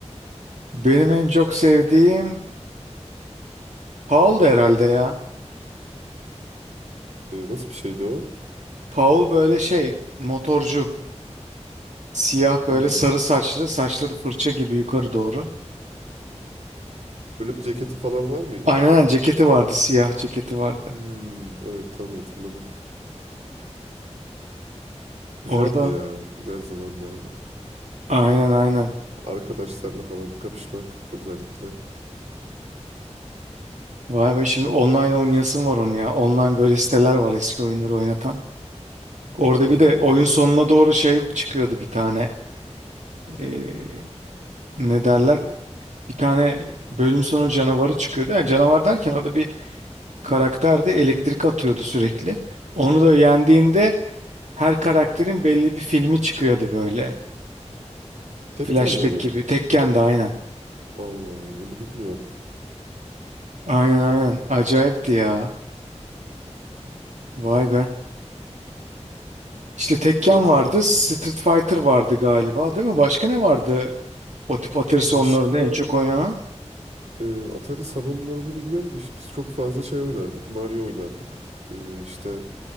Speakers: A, on the right; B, on the right.
A: Benim en çok sevdiğim Paul da herhalde ya.
B: E, nasıl bir şeydi o?
A: Paul böyle şey motorcu. Siyah böyle
B: Hmm.
A: sarı saçlı saçları fırça gibi yukarı doğru.
B: Böyle bir ceketi falan var mıydı?
A: Aynen aynen, ceketi vardı siyah ceketi vardı.
B: Hmm, evet tamam hatırladım. Güzeldi
A: Orada
B: ya o güzel zamanlarda.
A: Aynen aynen.
B: Arkadaşlarla falan kapışmak özellikle.
A: Vay be şimdi online oynayasım var onu ya. Online böyle siteler var eski oyunları oynatan. Orada
B: Evet
A: bir de
B: böyle
A: oyun sonuna doğru şey çıkıyordu bir tane. Ee, ne derler? Bir tane bölüm sonu canavarı çıkıyordu. Yani canavar derken o da bir karakterdi. Elektrik atıyordu sürekli. Onu da yendiğinde her karakterin belli bir filmi çıkıyordu böyle.
B: Tekken'de
A: Flashback
B: mi?
A: gibi. Tekken de aynen.
B: Allah Allah onu bilmiyorum.
A: Aynen aynen. Acayipti ya. Vay be. İşte Tekken
B: Güzel zamanlar.
A: vardı, Street Fighter vardı galiba, değil mi? Başka ne vardı? O tip atari
B: Başka
A: en çok oynanan.
B: e, Atari salonlarını bilmiyorum da işte biz çok fazla şey oynardık. Mario oynardık. E, işte